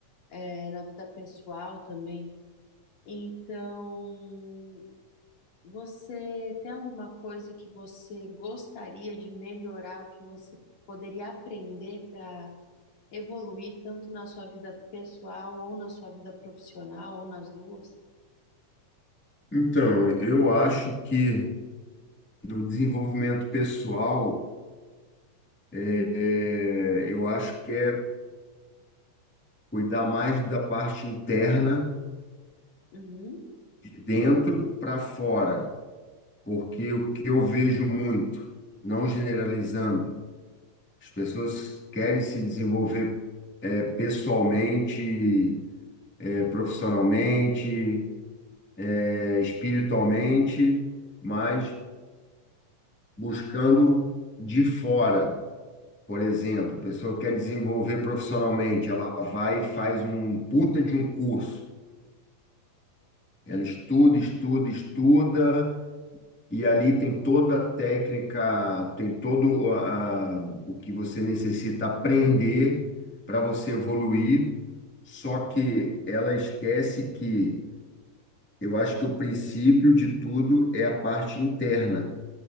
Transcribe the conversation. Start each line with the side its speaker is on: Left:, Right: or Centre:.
Left: eh, na vida pessoal também. Então, Você tem alguma coisa que você gostaria de melhorar, o que você poderia aprender para evoluir tanto na sua vida pessoal ou na sua vida profissional ou nas duas?
Centre: Então, eu acho que no desenvolvimento pessoal, é, é, eu acho que é cuidar mais da parte interna,
Left: Uhum,
Centre: de dentro para fora, porque o que eu vejo muito, não generalizando, as pessoas querem se desenvolver é, pessoalmente, é, profissionalmente, é, espiritualmente, mas buscando de fora. Por exemplo, a pessoa quer desenvolver profissionalmente, ela vai e faz um puta de um curso. Ela estuda, estuda, estuda, e ali tem toda a técnica, tem todo a- o que você necessita aprender para você evoluir. Só que ela esquece que eu acho que o princípio de tudo é a parte interna.